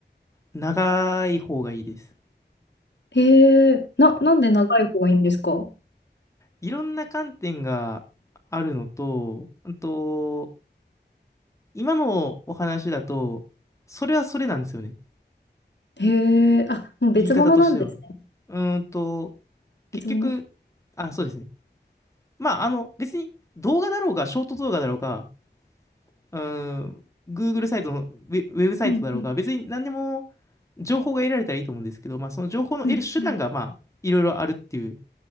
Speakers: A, on the left; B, on the left.
A: 長い方がいいです。
B: へえ、な、なんで長い方がいいんですか
A: いろんな観点があるのと、うんと、今のお話だと、それはそれなんですよね。
B: へえ、あ、もう別物なんですね。
A: 言い方としては。うーんと、結局、
B: 別物
A: あ、そうですね。まあ、あの、別に動画だろうが、ショート動画だろうが、うーん、Google サイトのウェ、ウェブサイトだろうが、
B: うんうん
A: 別に何でも、情報が得られたらいいと思うんですけど、まあ、その情報の得る手段が、
B: うんうん
A: まあ、いろいろあるっていう